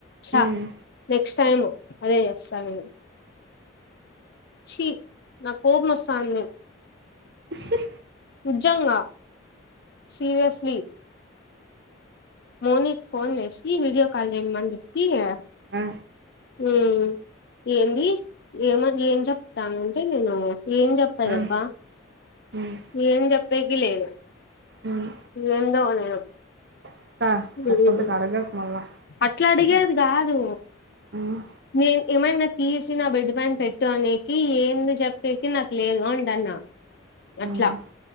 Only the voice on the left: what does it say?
చ
పె క్స్ట్ టైమ్ అదే చేస్తా నేను చీ నాకు కోపమొస్తాంది
నిజంగా సీరియస్లీ మౌనికి ఫోన్ చెసి వీడియో కాల్ చేయమని చెప్పి ఆ
ఏ ఏంది ఏమ ఏం చెప్తానంటే నేను ఏం చెప్పేదబ్బా
ఏం జెప్పేకి లేదు
ఏందో నేను
హూ
అట్లా అడిగేది కాదు
నేను ఏమైనా తీసి నా బెడ్ పైన పెట్టు అనేనికి ఏంది చెప్పేకి నాకు లేదు అంటన్న
అట్లా